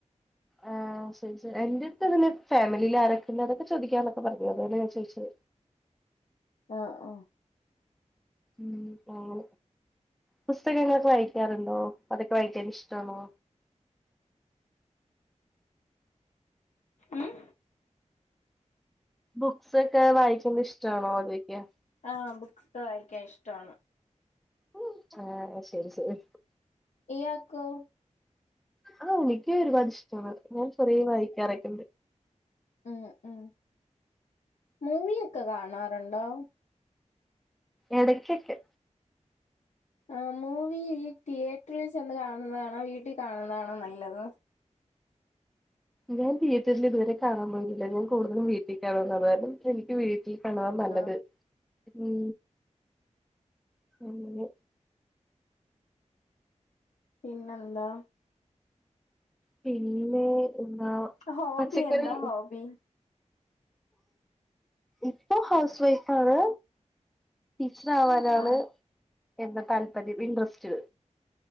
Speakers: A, in the centre; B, on the left.
A: ആ ആ കസിൻസ് എന്റെ അടുത്ത് പിന്നെ ഫാമിലി ആരൊക്കെണ്ട് അതൊക്കെ ചോദിക്കാന്നൊക്കെ പറഞ്ഞു അതെ ഞാൻ ചോദിച്ചത്
B: ആഹ് ആഹ്
A: ഉം അങ്ങനെ പുസ്തകങ്ങളൊക്കെ വായിക്കാറുണ്ടോ അതൊക്കെ വായിക്കാൻ ഇഷ്ടാണോ
B: ഉം
A: ബുക്സ് ഒക്കെ വായിക്കെണ് ഇഷ്ടാണോ ചോയ്ക്ക
B: ആ ബുക്സ്ക്കെ വായിക്കാൻ ഇഷ്ടാണ്
A: ഉം ആഹ് ശരി ശരി
B: ഇയാക്കോ
A: ഔ ഇൻക്ക് ഒരുപാട് ഇഷ്ടമാണ് ഞാൻ ചെറിയ വായിക്കാറൊക്കെണ്ട്
B: ഉം ഉം മൂവി ഒക്കെ കാണാറുണ്ടോ
A: എടക്കേക്കെ
B: ആ മൂവി ഈ തിയേറ്ററിൽ ചെന്ന് കാണുന്നതാണോ വീട്ടിൽ കാണുന്നതാണോ നല്ലത്
A: ഞാൻ തിയേറ്ററിൽ ഇതുവരെ കാണാൻ പോയിട്ടില്ല ഞാൻ കൂടുതും വീട്ടിൽ കാണാറാണ് എനിക്കി വീ കാണവാൻ നല്ലത്
B: ആഹ്
A: ഉം അങ്ങെ
B: പിന്നെന്താ
A: പിന്നെ എന്താ
B: ഹോബി
A: പച്ചക്കറി
B: എന്താ ഹോബി
A: ഇപ്പൊ ഹൗസ് വൈഫ് ആണ് സാവാനാണ്
B: ആഹ്
A: എൻ്റെ താല്പര്യം ഇൻട്രസ്റ്റ്